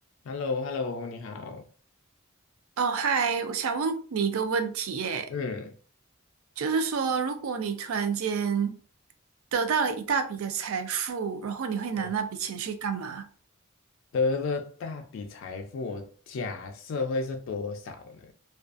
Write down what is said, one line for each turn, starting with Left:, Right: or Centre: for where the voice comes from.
Left: h e l l o h e l l o 你好。
Right: 哦，嗨，我想问你一个问题耶，
Left: 嗯
Right: 就是说，如果你突然间得到了一大笔的财富，然后你会拿那笔钱去干嘛？
Left: 嗯，得了大笔财富，我假设会是多少呢？